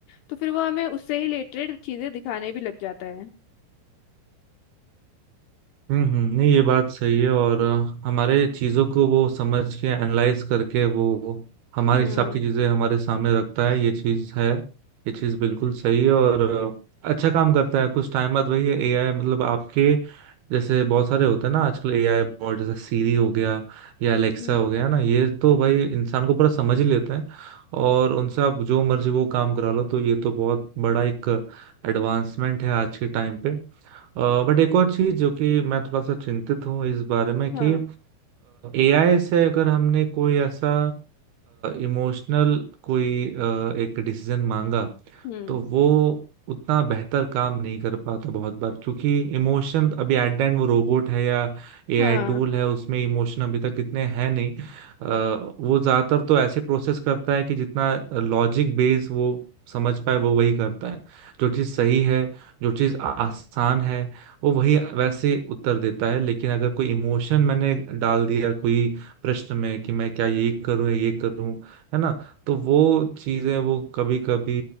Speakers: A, on the left; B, on the right.
A: तो फिर वो हमें उससे ही रिलेटेड चीजें दिखाने भी लग जाता है
B: हम्म हम्म, नहीं ये बात सही है और अ, हमारे चीज़ों को वो समझ के एनालाइज करके वो हमारे
A: हम्म
B: हिसाब की चीज़ें हमारे सामने रखता है ये चीज़ है ये चीज़ बिल्कुल सही है और अ, अच्छा काम करता है कुछ टाइम बाद वही है एआई मतलब आपके जैसे बहुत सारे होते हैं ना आजकल एआई बॉट जैसे सीरी हो गया या अलेक्सा
A: हम्म,
B: हो गया ना ये तो भाई इंसान को पूरा समझ ही लेते हैं और उनसे आप जो मर्जी वो काम करा लो तो ये तो बहुत बड़ा एक एडवांसमेंट है आज के टाइम पे बट एक और चीज जो कि मैं थोड़ा सा चिंतित हूँ इस बारे में
A: हाँ
B: कि एआई से अगर हमने कोई ऐसा इमोशनल कोई अ, एक डिसीजन मांगा
A: हम्म
B: तो वो उतना बेहतर काम नहीं कर पाता बहुत बार क्योंकि इमोशन अभी एट द एंड वो रोबोट है या एआई
A: हाँ
B: टूल है उसमें इमोशन अभी तक इतने हैं नहीं अ, वो ज्यादातर तो ऐसे प्रोसेस करता है कि जितना लॉजिक बेस वो समझ पाए वो वही करता है जो चीज सही है जो चीज आसान है वो वही वैसे उत्तर देता है लेकिन अगर कोई इमोशन मैंने डाल दिया कोई प्रश्न में कि मैं क्या ये करूं या ये करूं है ना तो वो चीजें वो कभी कभी